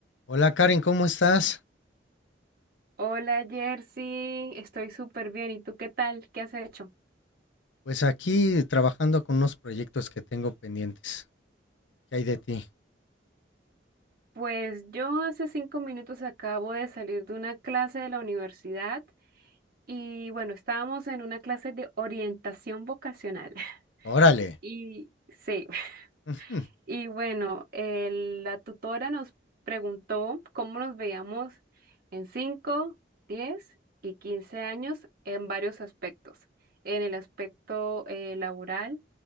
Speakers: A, on the left; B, on the right.
A: Hola Karen, ¿cómo estás?
B: Hola Jersey, estoy súper bien. ¿Y tú qué tal? ¿Qué has hecho?
A: Pues aquí trabajando con unos proyectos que tengo pendientes. ¿Qué hay de ti?
B: Pues yo hace cinco minutos acabo de salir de una clase de la universidad y bueno, estábamos en una clase de orientación vocacional. <laughs>
A: Órale.
B: Y sí,
A: Ujú,
B: <laughs> y bueno, el- la tutora nos preguntó cómo nos veíamos en 5, 10 y 15 años en varios aspectos, en el aspecto eh, laboral,